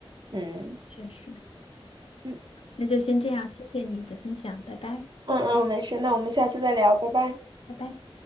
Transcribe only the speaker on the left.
确实。
那就先这样，谢谢你的分享，拜拜，
拜拜。